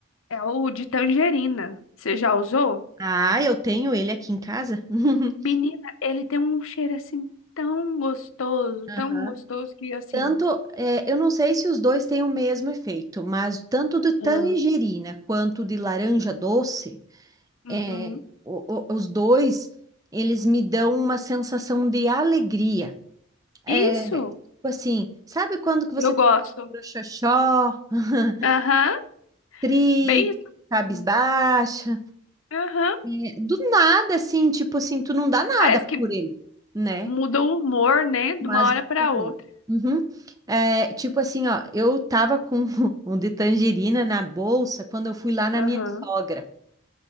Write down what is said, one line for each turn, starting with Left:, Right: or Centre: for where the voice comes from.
Left: é o de tangerina. Você já usou?
Right: Ah, eu tenho ele aqui em casa. <laughs>
Left: Menina, ele tem um cheiro assim tão gostoso,
Right: Aham.
Left: tão gostoso que assim.
Right: Tanto, é, eu não sei se os dois têm o mesmo efeito, mas tanto de tangerina
Left: Ah,
Right: quanto de laranja doce,
Left: Uhum.
Right: é, o- o- os dois, eles me dão uma sensação de alegria. É,
Left: Isso,
Right: tipo assim, sabe quando que você
Left: eu gosto.
Right: tá xoxó, <laughs>
Left: Aham,
Right: triste,
Left: bem isso
Right: cabisbaixa?
Left: mesmo. Aham,
Right: É, do nada, assim, tipo assim, tu não dá nada
Left: parece que
Right: por ele, né?
Left: muda o humor, né, de
Right: Mas
Left: uma hora para outra.
Right: Uhum. É, tipo assim, ó, eu tava com <laughs> um de tangerina na bolsa quando eu fui lá na
Left: Aham,
Right: minha sogra.